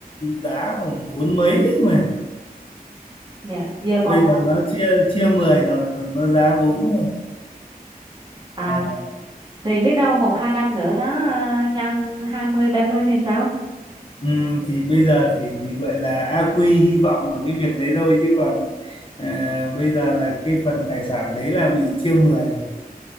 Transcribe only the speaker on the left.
giá khoảng bốn mấy ấy mà
bây
giờ nó chia chia 10 rồi còn có giá bốn thôi
Ờ.
Ừ, thì bây giờ phải gọi là a quy hy vọng ở cái việc đấy thôi chứ còn à, bây giờ là cái phần tài sản đấy là bị chia mười rồi